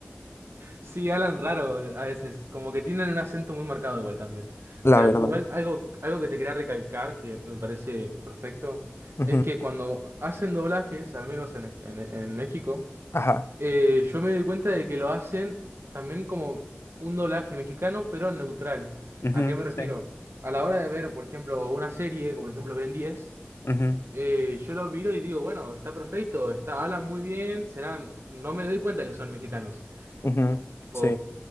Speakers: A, on the right (about 70°); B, on the left (about 80°).
A: sí, hablan raro a veces, como que tienen un acento muy marcado igual también.
B: La
A: Pero
B: verdad.
A: igual algo, algo que te quería recalcar, que me parece perfecto,
B: Ujú.
A: es que cuando hacen doblajes, al menos en, este- en en México,
B: Ajá.
A: Eh, yo me doy cuenta de que lo hacen también como un doblaje mexicano, pero neutral.
B: Ujú,
A: ¿A qué me refiero?
B: sí.
A: A la hora de ver, por ejemplo, una serie, como por ejemplo Ben 10,
B: Ujú.
A: eh, yo lo miro y digo, bueno, está perfecto, está, hablan muy bien, serán, no me doy cuenta que son mexicanos.
B: Ujú.
A: Tipo,
B: Sí.